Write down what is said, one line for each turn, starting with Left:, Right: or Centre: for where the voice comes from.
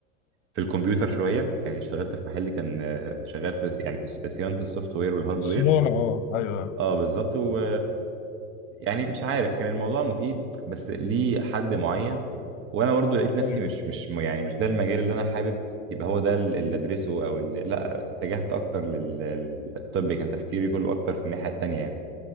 Right: في الكمبيوتر شويه يعني اشتغلت في محل كان شغال في يعني في صيانه السوفت وير والهارد
Left: صيانة
Right: وير
Left: اه ايوه
Right: اه بالظبط و... يعني مش عارف كان الموضوع مفيد بس ليه حد معين وانا برضو لقيت نفسي
Left: ايوه
Right: مش مش يعني مش ده المجال اللي انا حابب يبقى هو ده ال- اللي ادرسه او اللي لا اتجهت اكتر لل- للطب كان تفكيري كله اكتر في الناحية التانية يعني